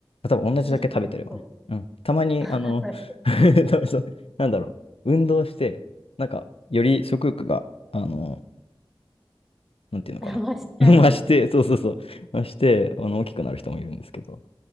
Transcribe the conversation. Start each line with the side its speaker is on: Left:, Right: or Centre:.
Left: 多分同じだけ食べてればね。
Centre: 引き締まりそう。
Left: うん。たまに、
Centre: <laughs> あ確かに。
Left: あの、<laughs> 多分そう、なんだろう、運動して、なんか、より食欲が、あのなんていうのかな。
Centre: <laughs> あ増しちゃう。
Left: <laughs> 増して、そうそうそう、増して、あの、大きくなる人もいるんですけど、